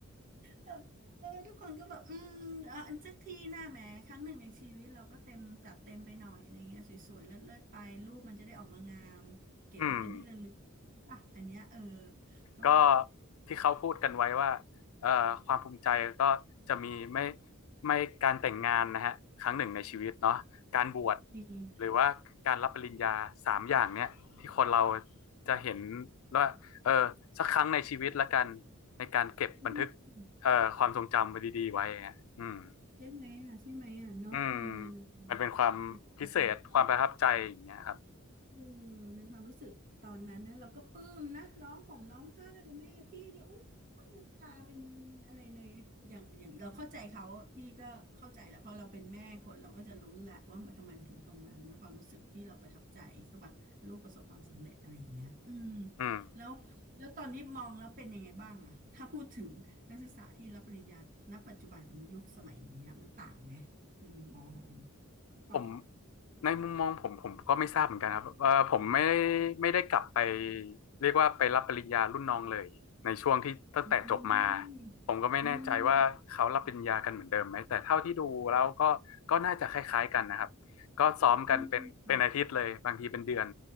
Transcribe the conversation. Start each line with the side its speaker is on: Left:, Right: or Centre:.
Right: แบบเออทุกคนก็แบบอืมเอออันสักทีหน้าแหมครั้งหนึ่งในชีวิตเราก็เต็มจัดเต็มไปหน่อยอะไรเงี้ยสวยๆเลิศๆไปรูปมันจะได้ออกมางามเก็บไว้เป็นที่ระลึก
Left: อืม
Right: อ่ะอันเนี้ยเออก็
Left: ก็ที่เขาพูดกันไว้ว่าเอ่อความภูมิใจก็จะมีไม่ไม่การแต่งงานนะฮะครั้งหนึ่งในชีวิตเนาะการบวช
Right: จริง
Left: หรือว่าการรับปริญญาสามอย่างเนี้ยที่คนเราจะเห็นว่าเออสักครั้งในชีวิตละกันในการเก็บบันทึก
Right: อืม
Left: เอ่อความทรงจำไว้ดีๆไว้อะอืม
Right: ใช่ไหมอ่ะใช่ไหมอ่ะเนาะมันมัน
Left: อืมมันเป็นความพิเศษความประทับใจอย่างเงี้ยครับ
Right: มันที่แบบ เออในความรู้สึกตอนนั้นนะเราก็ปลื้มนะร้องห่มร้องไห้แม่พี่เนี่ยโอ้ยน้ำตาเป็นอะไรเลยอย่างอย่างเราเข้าใจเขาพี่ก็เข้าใจแหละเพราะเราเป็นแม่คนเราก็จะรู้แหละว่าทำไมมันถึงตรงนั้นนะความรู้สึกที่เราประทับใจใช่ปะลูกประสบความสำเร็จอะไรอย่างเงี้ยอืม
Left: อืม
Right: แล้วแล้วตอนนี้มองแล้วเป็นยังไงบ้างอะถ้าพูดถึงนักศึกษาที่รับปริญญาณปัจจุบันนี้ยุคสมัยเนี้ยมันต่างไหมในมุมมองของของปอะ
Left: ผมในมุมมองผมผมก็ไม่ทราบเหมือนกันครับว่าผมไม่ได้ไม่ได้กลับไปเรียกว่าไปรับปริญญารุ่นน้องเลยในช่วงที่ตั้งแต่จบมา
Right: อืม
Left: ผมก็ไม่แน่ใจว่าเขารับปริญญากันเหมือนเดิมไหมแต่เท่าที่ดูแล้วก็ก็น่าจะคล้ายๆกันนะครับก็ซ้อมกันเป็นเป็นอาทิตย์เลยบางทีเป็นเดือน
Right: อืม อืมอืมอืม